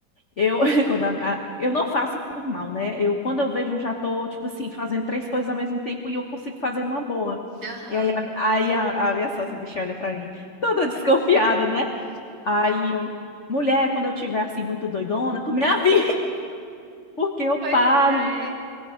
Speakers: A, on the left (about 55°); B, on the right (about 45°).
A: eu, <laughs> quando a, a- eu não faço por mal, né? Eu, quando eu vejo, eu já tô, tipo assim, fazendo três coisas ao mesmo tempo e eu consigo fazer numa boa.
B: aham.
A: E aí, a, aí a, a minha sócia, bicha, olha pra mim, toda desconfiada, né? Aí eu, mulher, quando eu tiver assim, muito doidona, tu me avisa, <laughs> porque eu
B: Pois
A: paro.
B: é.